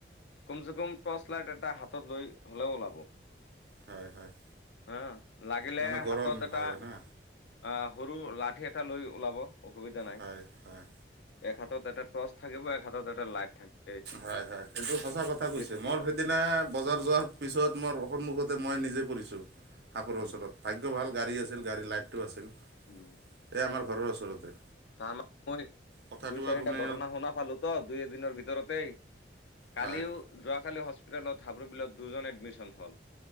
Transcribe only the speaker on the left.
কমচে কম টৰ্চ লাইট এটা হাতত লৈ হ'লেও ওলাব।
হা লাগিলে
হাতত এটা
আহ টো লাঠি এটা লৈ ওলাব অসুবিধা নাই,
এক হাতত এটা টৰ্চ থাকিব এক হাতত এটা লাইট থাকে
থাকিব
উম
উম।
তাৰমান মই
দুই চাৰিটা
ঘটনা শুনা পালো তো দুই এদিনৰ ভিতৰতেই। কালিও
যোৱাকালি হস্পিতেলত হাব্ৰুবলত দুজন এডমিশন হ'ল